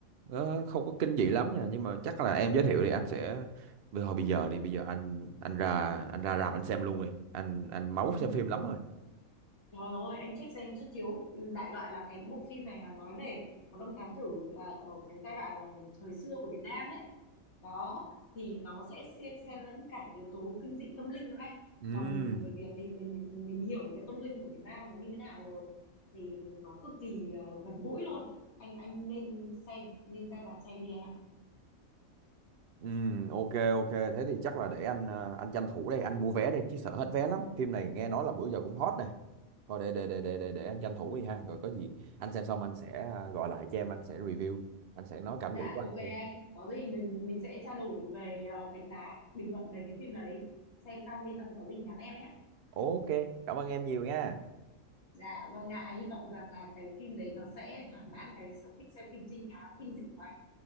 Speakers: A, on the right; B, on the left.
A: ờ, không có kinh dị lắm nha, nhưng mà chắc là em giới thiệu thì anh sẽ bây hồi bây giờ đi, bây giờ anh anh ra anh ra rạp anh xem luôn rồi. Anh anh máu
B: ừ.
A: xem phim lắm rồi.
B: Trời ơi, anh check xem xuất chiếu. Đại loại là cái bộ phim này là nói về một ông thám tử là ở cái giai đoạn là thời xưa của Việt Nam ấy. Đó, thì nó sẽ xen xen lẫn cả yếu tố kinh dị tâm linh nữa anh.
A: Ừ,
B: Mà mình là người Việt thì mình mình hiểu cái tâm linh của Việt Nam nó như thế nào rồi. Thì nó cực kỳ ờ, gần gũi luôn. Anh anh nên xem, nên ra rạp xem đi anh ạ.
A: ừ, ok ok thế thì chắc là để anh ờ, anh tranh thủ đây anh mua vé đây chứ sợ hết vé lắm phim này nghe nói là bữa giờ cũng hot nè thôi để để để để để, để anh tranh thủ đi ha rồi có gì anh xem xong anh sẽ ờ, gọi lại cho em anh sẽ review anh sẽ nói cảm
B: Dạ,
A: nghĩ của anh
B: ok anh.
A: cho em
B: Có gì mình mình sẽ trao đổi về ờ, đánh giá, bình luận về cái phim đấy. Xem xong đi xong có gì nhắn em nhé.
A: ok cảm ơn em nhiều nha
B: Dạ vâng ạ, hy vọng rằng là cái phim đấy nó sẽ thỏa mãn cái sở thích xem phim trinh thám kinh dị của anh.